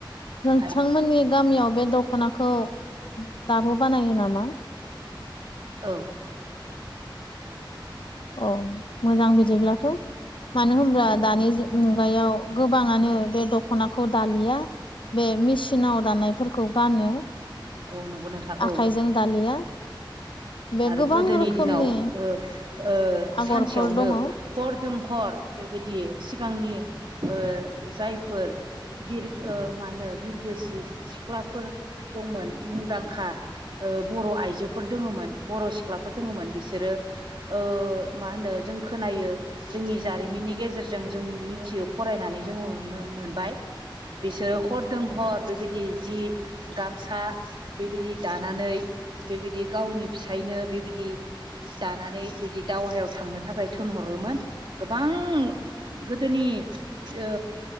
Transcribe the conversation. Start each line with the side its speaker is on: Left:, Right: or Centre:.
Left: नोंथांमोननि
Right: आरो
Left: गामियाव बे दख'नाखौ दाबो बानायो नामा?
Right: औ।
Left: औ मोजां बिदिब्लाथ'। मानो होनब्ला दानि मुगायाव गोबाङानो बे दख'नाखौ दालिया बे मेसिनाव दानायफोरखौ गानो
Right: औ नंगौ नोंथां
Left: आखाइजों
Right: औ
Left: दालिया बे
Right: आरो
Left: गोबां
Right: गोदोनि
Left: रोखोमनि
Right: दिनाव ओ-ओ
Left: आगरफोर
Right: सानसेयावनो
Left: दङ औ
Right: हरदों हर बेबायदि सिगांनि ओ जायफोर बिर ओ मा होनो बिरगोसि सिख्लाफोर दंमोन मुंदांखा ओ बर' आइजोफोर दोङोमोन बर' सिख्लाफोर दङमोन बिसोरो ओ मा होनो जों खोनायो जोंनि जारिमिन नि गेजेरजों जों मिथियो फरायनानै जोङो मो-मो मोनबाय। बिसोरो हरदों हर बेबायदि जि गामसा बेबायदि दानानै बेबायदि गावनि फिसायनो बेबायदि दानानै बिदि दावहायाव थांनो थाखाय थिनहरोमोन गोबां गोदोनि नि ओ